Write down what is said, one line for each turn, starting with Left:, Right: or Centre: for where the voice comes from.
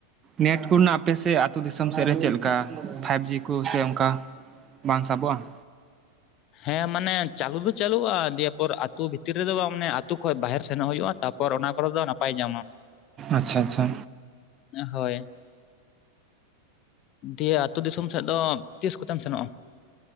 Right: ᱱᱮᱴ ᱠᱚᱨᱮᱱᱟᱜ ᱟᱯᱮ ᱥᱮᱱ ᱟᱹᱛᱩ ᱫᱤᱥᱚᱢ ᱥᱮᱫ ᱨᱮ ᱪᱮᱫ ᱞᱮᱠᱟ ᱯᱷᱟᱭᱤᱵ ᱡᱤ ᱠᱚ ᱥᱮ ᱚᱱᱠᱟ? ᱵᱟᱝ ᱥᱟᱵᱚᱜᱼᱟ?
Left: ᱦᱮᱸ ᱢᱟᱱᱮ ᱪᱟᱹᱞᱩ ᱫᱚ ᱪᱟᱹᱞᱩᱜᱼᱟ ᱫᱤᱭᱮ ᱯᱚᱨ ᱟᱹᱛᱩ ᱵᱷᱤᱛᱤᱨ ᱨᱮᱫᱚ ᱵᱟᱝ ᱢᱟᱱᱮᱼᱼ ᱟᱹᱛᱩ ᱠᱷᱚᱱ ᱵᱟᱦᱮᱨ ᱥᱮᱱᱚᱜ ᱦᱩᱭᱩᱜᱼᱟ, ᱛᱟᱨᱯᱚᱨ ᱚᱱᱟ ᱠᱚᱨᱮ ᱫᱚ ᱱᱟᱯᱟᱭ ᱧᱟᱢᱟᱢ᱾
Right: ᱟᱪᱪᱷᱟ ᱟᱪᱪᱷᱟ
Left: ᱟ ᱦᱳᱭ᱾ ᱫᱤᱭᱮ ᱟᱹᱛᱩᱳᱫᱤᱥᱚᱢ ᱥᱮᱫ ᱫᱚ ᱛᱤᱥ ᱠᱚᱛᱮᱢ ᱥᱮᱱᱚᱜᱼᱟᱢ?